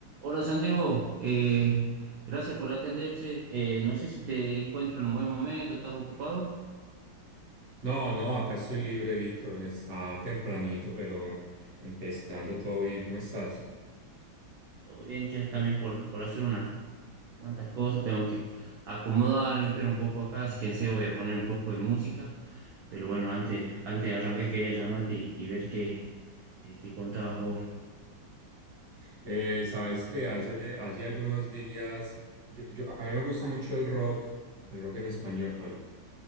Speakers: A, on the right; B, on the right.
A: Hola Santiago, eh, gracias por atender, che. Eh, no sé si te encuentro en un buen momento, ¿estás ocupado?
B: No, no, acá estoy libre, Víctor. Está tempranito, pero empezando todo bien. ¿Cómo estás?
A: Todo bien, che, también por, por hacer unas cuantas cosas, tengo que acomodar, limpiar un poco acá, así que en serio voy a poner un poco de música, pero bueno, antes, antes de arrancar quería llamarte y, y ver qué, eh, qué contabas vos.
B: Eh, sabes que hace, hace algunos días, yo, yo- a mí me gusta mucho el rock, el rock en español.